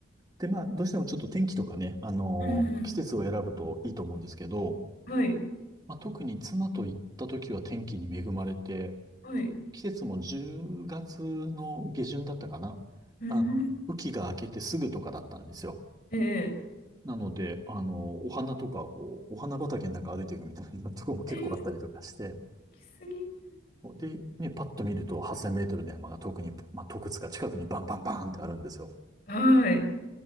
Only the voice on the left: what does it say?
うん、う
ん、はい。
はい。
うん。
ええ。
ええ、行き過ぎる。
はい。